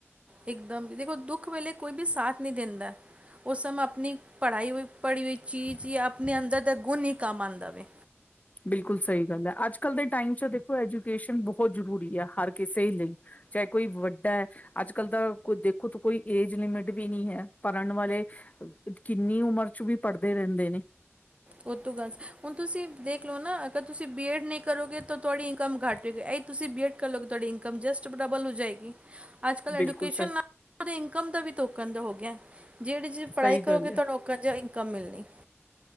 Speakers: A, on the right (about 25°); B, on the left (about 35°).
A: ਇੱਕਦਮ ਦੇਖੋ ਦੁੱਖ ਵੇਲੇ ਕੋਈ ਵੀ ਸਾਥ ਨਹੀਂ ਦਿੰਦਾ। ਉਹ ਸਮਭ ਆਪਣੀ ਪੜ੍ਹਾਈ ਹੋਈ ਪੜ੍ਹੀ ਹੋਈ ਚੀਜ਼ ਜਾਂ ਆਪਣੇ ਅੰਦਰ ਦਾ ਗੁਣ ਨਹੀਂ ਕੰਮ ਆਂਦਾ ਵੇ।
B: ਬਿਲਕੁਲ ਸਹੀ ਗੱਲ ਐ। ਅੱਜ-ਕੱਲ੍ਹ ਦੇ ਟਾਈਮ 'ਚ ਦੇਖੋ ਐਜੂਕੇਸ਼ਨ ਬਹੁਤ ਜ਼ਰੂਰੀ ਆ। ਹਰ ਕਿਸੇ ਲਈ। ਚਾਹੇ ਕੋਈ ਵੱਡਾ ਐ। ਅੱਜ-ਕੱਲ ਤਾਂ ਕੋ ਦੇਖੋ ਤਾਂ ਕੋਈ ਏਜ ਲਿਮਿਟ ਵੀ ਨਹੀਂ ਹੈ। ਪੜ੍ਹਨ ਵਾਲੇ ਕਿੰਨੀ ਉਮਰ ਚ ਵੀ ਪੜ੍ਹਦੇ ਰਹਿੰਦੇ ਨੇ।
A: ਉਹ ਤੋਂ ਗੱਲ ਹੁਣ ਦੇਖ ਲਓ ਨਾ ਅਗਰ ਤੁਸੀਂ ਬੀ ਐਡ ਨਹੀਂ ਕਰੋਗੇ। ਤਾਂ ਤੁਹਾਡੀ ਇਨਕਮ ਘੱਟ ਤੁਸੀਂ ਬੀ ਐੱਡ ਕਰ ਲਓ। ਕਿ ਤੁਹਾਡੀ ਇਨਕਮ ਜਸਟ ਡਬਲ ਹੋ ਜਾਏਗੀ‌। ਅੱਜ-ਕੱਲ੍ਹ
B: ਬਿਲਕੁਲ
A: ਐਡੂਕੇਸ਼ਨ
B: ਸ
A: ਨਾਲ ਉਹਦੇ ਇਨਕਮ ਦਾ ਵੀ ਟੋਕਨ ਦਾ ਹੋ ਗਿਆ। ਜਿਹੜੀ ਜੀ
B: ਸਹੀ
A: ਪੜ੍ਹਾਈ ਕਰੋਗੇ
B: ਗੱਲ
A: ਤੁਹਾਡਾ
B: ਹੈ
A: ਕਦੇ ਇਨਕਮ ਮਿਲਣੀ।